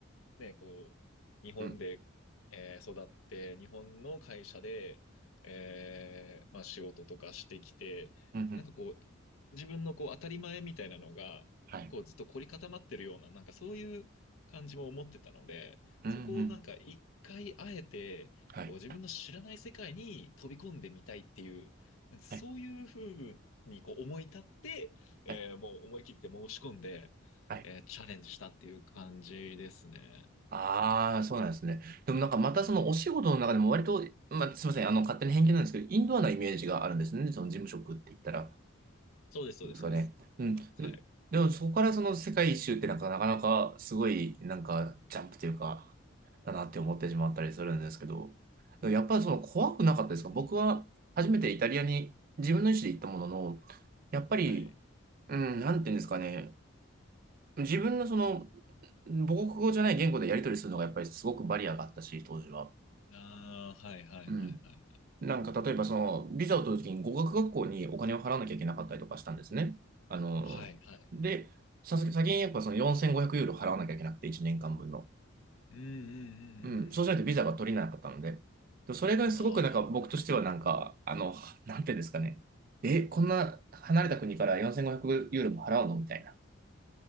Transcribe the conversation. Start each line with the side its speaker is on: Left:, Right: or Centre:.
Left: ね、こう、日本で、
Right: うん。
Left: えー育って、日本の会社で、えーまあ、仕事とかしてきて、
Right: うん。うん
Left: なんかこう、自分のこう当たり前みたいなのが、
Right: はい。
Left: こうずっと凝り固まってるような、なんかそういう感じも思ってたので、
Right: うん。
Left: そこをなんか一回あえて、
Right: うんはい。
Left: こう自分の知らない世界に飛び込んでみたいっていう、なんかそういうふうにこう思い立って、
Right: はい。
Left: えーもう思い切って申し込んで、
Right: はい。はい
Left: えーチャレンジしたっていう感じですね。
Right: ああ、そうなんですね。でもなんかまたそのお仕事の中でも割と、まあ、すみません、あの勝手に偏見なんですけど、インドアなイメージがあるんですね。その事務職って言ったら、
Left: そうです、
Right: そうですかね。
Left: そうです、そうです。
Right: うん。
Left: あはい。
Right: で、でもそこからその世界一周ってなんかなかなかすごいなんかジャンプというか、だなって思ってしまったりするんですけど、でもやっぱりその怖くなかったですか僕は初めてイタリアに自分の意思で行ったものの、
Left: うんうんうん。
Right: やっぱり、
Left: はい。
Right: うん、なんていうんですかね。自分のその、母国語じゃない言語でやり取りするのがやっぱりすごくバリアがあったし、当時は。
Left: ああ、はいはいはいはい。
Right: うん。なんか例えばその、ビザを取るときに語学学校にお金を払わなきゃいけなかったりとかしたんですね。あの、
Left: はい、はい。
Right: で、さす先にやっぱその4500ユーロ払わなきゃいけなくて、1年間分の。
Left: うんうんうんうんうんうんうん。
Right: うん。そうしないとビザが取れなかったので。でそれがすごくなんか僕としてはなんか、
Left: ああ、
Right: あの、なんていうんですかね。え、こんな離れた国から4500ユーロも払うのみたいな。